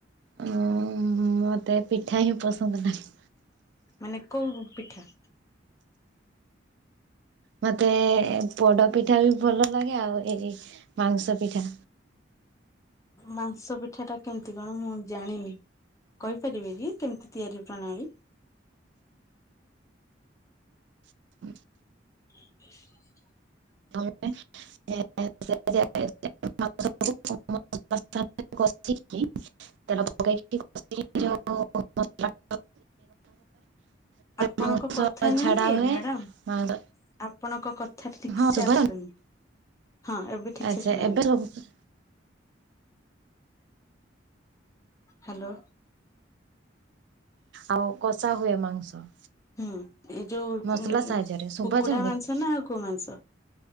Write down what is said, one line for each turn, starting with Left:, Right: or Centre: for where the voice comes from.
Right: ଉ-ଉ-ଉ ମତେ ପିଠା ହିଁ ପସନ୍ଦ ନାହିଁ।
Left: ମାନେ କଉ ପିଠା?
Right: ମତେ ଏ ପୋଡ ପିଠା ବି ଭଲ ଲାଗେ ଆଉ ଏଇ ମାଉଁଶ ପିଠା।
Left: ମାଂସ ପିଠା ଟା କେମତି କଣ ମୁଁ ଜାଣିନି। କହିପାରିବେ କି କେମିତି ତିଆରି ପ୍ରଣାଳୀ?
Right: <inaudible>
Left: <inaudible>
Right: <inaudible> <unintelligible> <inaudible> <unintelligible>
Left: ଆପଣଙ୍କ
Right: ମାଂସ
Left: କଥା ନୁହେଁ
Right: ଛଡା
Left: କି
Right: ହୁଏ
Left: ମ୍ୟାଡାାମ?
Right: ମାଂସ
Left: ଆପଣଙ୍କ କଥା ଠିକ
Right: ହଁ
Left: ସେ
Right: ଶୁଭା
Left: ଆସୁନି, ହଁ! ଏବେ ଠିକ
Right: ଆଚ୍ଛା
Left: ସେ ଶୁଣା
Right: ଏବେ
Left: ଗଲା।
Right: ସବୁ
Left: ହ୍ୟାଲୋ।
Right: ଆଉ କଷା ହୁଏ ମାଂସ
Left: ହୁଁ, ଏଇ ଯୋଉ
Right: ମସଲା ସାହାଯ୍ୟରେ ଶୁଭା
Left: କୁକୁଡ଼ା
Right: ଯାଉନି
Left: ମାଂସ
Right: କି?
Left: ନା ଆଉ କୋଉ ମାଂସ?